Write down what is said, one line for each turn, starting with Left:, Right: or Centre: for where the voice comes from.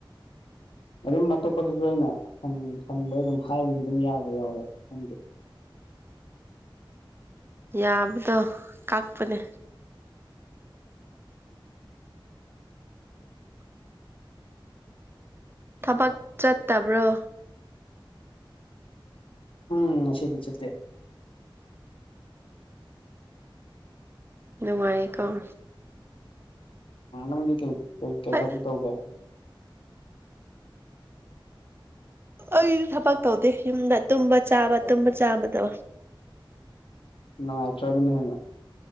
Left: ꯑꯗꯨꯝ ꯑꯇꯣꯞꯄꯗꯁꯨ ꯑꯩꯅ ꯍꯪꯕꯩ ꯑꯗꯨꯝ ꯍꯥꯏꯕꯁꯨ ꯑꯗꯨꯝ ꯌꯥꯕ ꯌꯥꯎꯋꯦ ꯈꯪꯗꯦ
Right: ꯌꯥꯕꯗꯣ ꯀꯛꯄꯅꯦ
Left: ꯎꯝ
Right: ꯊꯕꯥꯛ ꯆꯠ ꯇꯥꯕ꯭ꯔꯣ
Left: ꯎꯝ ꯁꯤꯦꯗꯤ ꯆꯠꯇꯦ
Right: ꯅꯨꯡꯉꯥꯏꯀꯥꯎ
Left: ꯑꯪꯗꯤ ꯀꯩ
Right: ꯑꯩ
Left: ꯊ ꯇꯧꯒꯦ
Right: ꯑꯩꯗꯤ ꯊꯕꯛ ꯇꯧꯗꯦ ꯌꯨꯝꯗ ꯇꯨꯝꯕ ꯆꯥꯕ ꯇꯨꯝꯕ ꯆꯥꯕꯗꯣ
Left: ꯅ ꯑꯦꯆ ꯑꯗꯨꯅ ꯍꯦꯟꯅ